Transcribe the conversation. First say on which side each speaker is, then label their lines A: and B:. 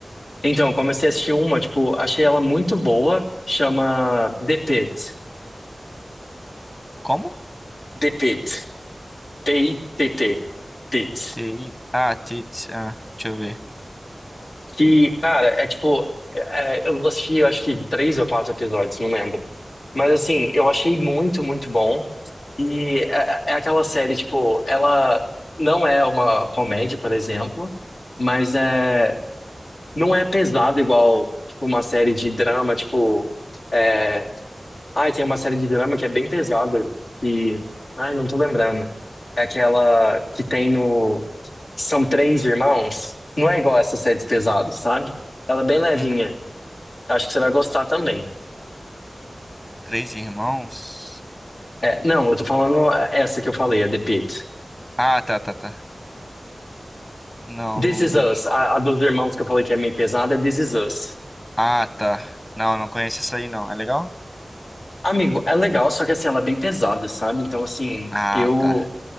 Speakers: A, on the left; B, on the left.
A: Então, eu comecei a assistir uma, tipo, achei ela muito boa. Chama The Pitt.
B: Como?
A: The Pitt. T-I-T-T. Tit.
B: TI. Ah, Tits. Ah, deixa eu ver.
A: Que, cara,
B: Eita.
A: é tipo. é, eu assisti, eu acho que três ou quatro episódios, não lembro. Mas, assim, eu achei muito, muito bom. E é, é aquela série, tipo, ela não é uma comédia, por exemplo, mas é, não é pesada igual, tipo, uma série de drama, tipo. é, Ai, tem uma série de drama que é bem pesada, que... Ai, não tô lembrando. É aquela que tem no... São três irmãos. Não é igual essas séries pesadas, sabe? Ela é bem levinha.
B: Uhum.
A: Acho que você vai gostar também.
B: Três irmãos?
A: É, não, eu tô falando essa que eu falei, a The Pitt.
B: Ah, tá, tá, tá. Não,
A: This
B: não,
A: Is
B: não.
A: Us, a, a dos irmãos que eu falei que é meio pesada, é This Is Us.
B: Ah, tá. Não, não conheço isso aí, não. É legal?
A: Amigo, é legal, só que assim, ela é bem pesada, sabe? Então, assim,
B: Ah,
A: eu
B: tá.